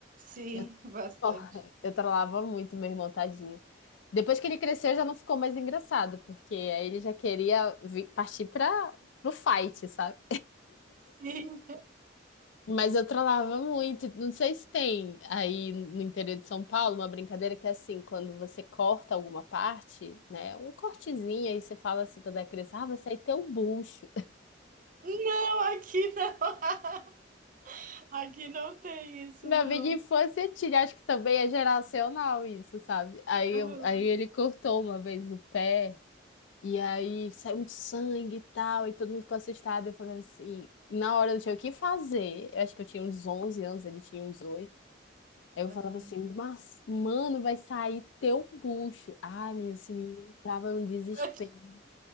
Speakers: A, on the right; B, on the left.
A: Sim,
B: Eu,
A: bastante.
B: tro- <laughs> eu trollava muito meu irmão, tadinho. Depois que ele cresceu, já não ficou mais engraçado, porque aí ele já queria vi- partir para pro fight, sabe?
A: Sim.
B: Mas eu trollava muito. Não sei se tem aí no interior de São Paulo uma brincadeira que é assim, quando você corta alguma parte, né? Um cortezinho, aí você fala assim, quando é criança, ah, vai sair teu bucho.
A: Não, aqui não. <laughs> Aqui não tem isso,
B: Na
A: não.
B: minha infância tinha, acho que também é geracional isso, sabe? Aí,
A: Aham,
B: eu- aí ele cortou uma vez o pé, e aí saiu muito sangue e tal, e todo mundo ficou assustado. Eu falava assim, na hora eu não tinha o que fazer, eu acho que eu tinha uns 11 anos, ele tinha uns oito Aí eu
A: aham.
B: falava assim, mas, mano, vai sair teu bucho. Ah, menina, esse menino entrava num
A: <laughs>
B: desespero.
A: Tadinho.